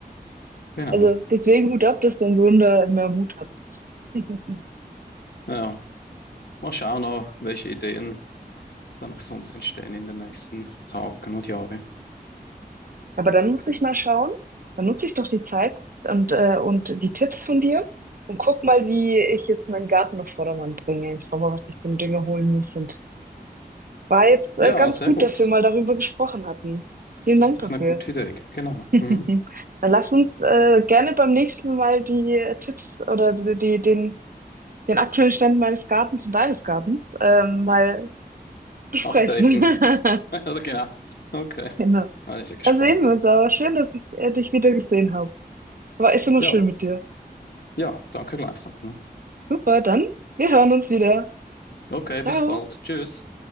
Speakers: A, on the left; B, on the right.
A: genau.
B: Also deswegen Hut ab, dass dein Sohn da mehr Mut hat. <laughs>
A: Ja, mal schauen, noch, welche Ideen dann auch sonst entstehen in den nächsten Tagen und Jahren.
B: Aber dann muss ich mal schauen, dann nutze ich doch die Zeit und, äh, und die Tipps von dir und guck mal, wie ich jetzt meinen Garten auf Vordermann bringe. Ich schau mal, was ich für einen Dünger holen muss. Und war jetzt,
A: Ja,
B: äh, ganz
A: sehr
B: gut,
A: gut.
B: dass wir mal darüber gesprochen hatten. Vielen
A: Das
B: Dank
A: ist doch
B: dafür.
A: eine gute Idee. Genau.
B: <laughs>
A: Mhm.
B: Mhm. Dann lass uns, äh, gerne beim nächsten Mal die äh, Tipps oder die, die, den, den aktuellen Stand meines Gartens und deines Gartens, ähm, mal besprechen.
A: Updaten.
B: <laughs>
A: <laughs> Oder genau. Okay.
B: Genau.
A: Ah, ich bin gespannt.
B: Dann sehen
A: Ne?
B: wir uns aber. Schön, dass ich, äh, dich wieder gesehen habe. War ist immer
A: Ja,
B: schön mit dir.
A: ja, danke gleichfalls. Ne?
B: Super, dann wir hören uns wieder.
A: Okay, bis
B: Ciao.
A: bald. Tschüss.